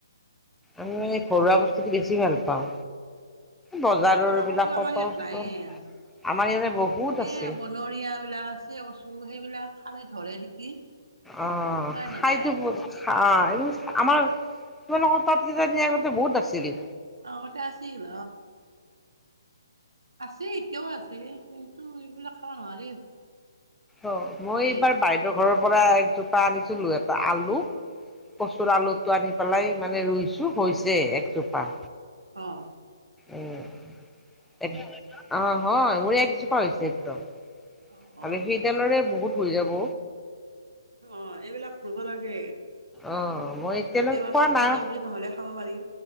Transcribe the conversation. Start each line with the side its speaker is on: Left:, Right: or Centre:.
Centre: আমি মানে ঘৰুৱা
Right: অ'।
Centre: বস্তুটো বেছি ভাল পাওঁ। বজাৰৰ
Right: কলা
Centre: এইবিলাক
Right: কচু
Centre: পটল
Right: আমাৰ ইয়াত
Centre: চটল
Right: নাইয়ে।
Centre: আমাৰ ইয়াতে বহুত
Right: এনে
Centre: আছে
Right: বনৰীয়া বিলাক আছে কচু সেইবিলাক খালে ধৰে নেকি।
Centre: অ
Right: পাই
Centre: খাই।
Right: নাযায়।
Centre: <unintelligible> অ এইবোৰ আমাৰ তোমালোকৰ তাত কিজানি আগতে বহুত আাছিল।
Right: অ আগতে আছিল। আছে এতিয়াও আছে কিন্তু এইবিলাক খাব নোৱাৰি।
Centre: অ মই
Right: ধৰে
Centre: এইবাৰ বাইদেউ ঘৰৰ পৰা এক জোপা আনিছিলো এটা আলু। কচুৰ আলুটো আনি পেলাই মানে ৰুইছোঁ হৈছে একজোপা।
Right: অহ।
Centre: উম অ হয় মোৰ একজোপা হৈছে একদম।
Right: অ'।
Centre: আমি সেইডালৰে বহুত হৈ যাব।
Right: অ এইবিলাক কৰিব লাগে।
Centre: অ' মই এতিয়ালৈ
Right: কেতিয়াবা
Centre: খোৱা
Right: চব্জি
Centre: নাই
Right: টবজি নহ'লে খাব পাৰি।